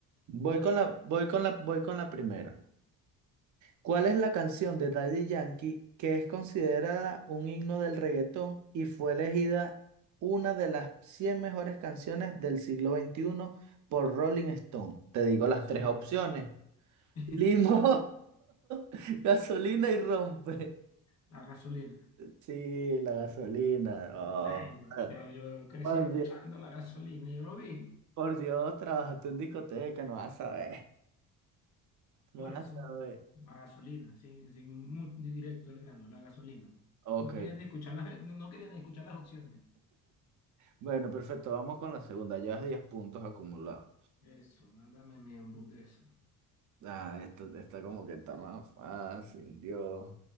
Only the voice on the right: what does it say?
Voy
con
la, voy con la, voy con la primera. ¿Cuál es la canción de Daddy Yankee que es considerada un himno del reggaetón y fue elegida una de las 100 mejores canciones del siglo veintiuno por Rolling Stone? Te digo
las
tres opciones.
Limón, <laughs> gasolina y rompe.
Sí, la gasolina. no.
Por
Dios,
por Dios, trabajaste en discoteca, no vas a saber. No
vas
a saber.
Ok,
Bueno, perfecto, vamos con la segunda. Llevas 10 puntos acumulados.
Ah, esto está como que está más fácil, Dios.